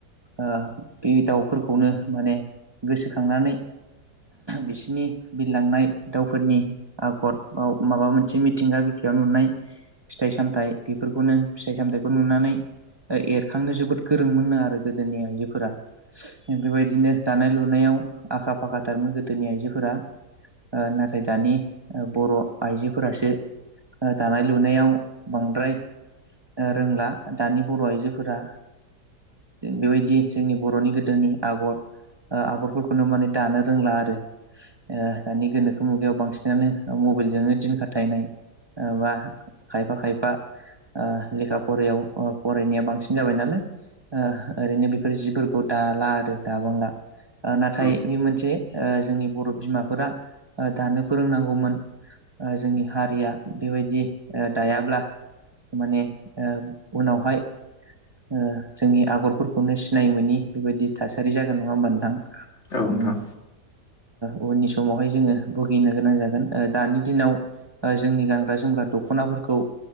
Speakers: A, on the right; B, on the left.
A: आ बे दाउफोरखौनो माने गोसोखांनानै बिसिनि बिरलांनाय दाउफोरनि आगर बाव माबा मोनसे मिथिंगा बिखायाव नुनाय फिथाइ सामथाइ बेफोरखौनो फिथाइ सामथाइखौ नुनानै एरखांनो जोबोद गोरों मोनो आरो गोदोनि आइजोफोरा बेबायदिनो दानाय लुनायाव आखा फाखा थारोमोन गोदोनि आइजोफोरा ओ नाथाय दानि बर' आइजोफोरासो दानाय लुनायाव बांद्राय रोंला दानि बर' आइजोफोरा बेबायदि जोंनि बर'नि गोदोनि आगर आगरफोरखौनो माने दानो रोंला आरो दानि गोनोखो मुगायाव बांसिन नो मबाइलजोंनो दिन खाथायनाय बा खायफा खायफा ओ लेखा फरियाव फरायनाया बांसिन जाबाय नालाय ओ ओरैनो बेफोर जिफोरखौ दाला आरो दाबांला नाथाय
B: औ
A: बे मोनसे ओ जोंनि बर' बिमाफोरा दानो फोरोंनांगौमोन ओ जोंनि हारिया बेबायदि दायाब्ला माने ओ उनावहाय ओ जोंनि आगरफोरखौनो सिनाय मोनि बेबायदि थासारि जागोन नङा होमबा नोंथां
B: औ नोंथां
A: उम ओ उननि समावहाय जोङो भुगिनो गोनां जागोन दानि दिनाव जोंनि गानग्रा जोमग्रा दख'नाफोरखौ